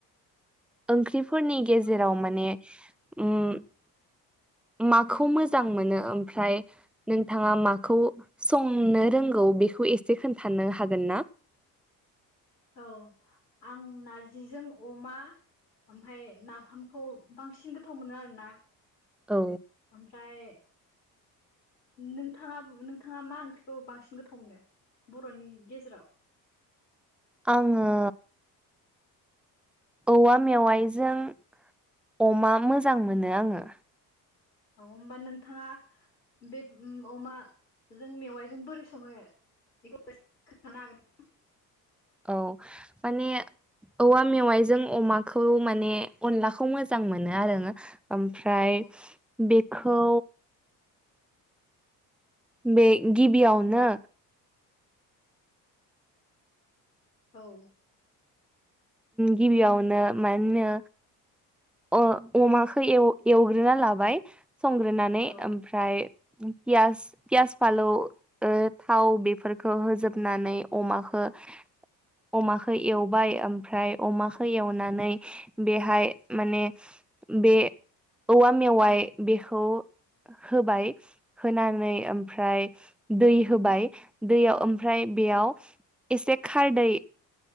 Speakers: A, in the centre; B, on the left.
A: ओंख्रिफोरनि गेजेराव
B: औ
A: माने उम माखौ मोजां मोनो ओमफ्राय नोंथाङा माखौ संनो रोंगौ बेखौ एसे खोनथानो हागोन ना?
B: औ आं नारजिजों अमा ओमफाय नाफामखौ बांसिन गोथाव मोनो आरो ना
A: औ
B: ओमफ्राय नोंथाङा नोंथाङा मा ओंख्रिखौ बांसिन गोथाव मोनो बर'नि गेजेराव
A: आङो औवा मेवायजों अमा मोजां मोनो आङो
B: अ होमबा नोंथाङा बे अमाजों मेवाइजों बोरै सङो बेखौ एसे खोनानो हागोन नामा
A: औ माने औवा मेवाइजों अमाखौ माने अनलाखौ मोजां मोनो आरो ओमफ्राय
B: औ
A: बेखौ बे गिबियावनो
B: औ
A: गिबियावनो माहोनो अ अमाखौ एवग्रोना लाबाय संग्रोनानै
B: औ
A: ओमफ्राय पियास पियास फालौ ओ थाव बेफोरखौ होजोबनानै अमाखौ <inaudible> अमाखौ एवबाय ओमफ्राय अमाखौ एवनानै बेहाय माने बे औवा मेवाइ बेखौ होबाय होनानै ओमफ्राय दै होबाय दैयाव ओमफ्राय बेयाव एसे खारदै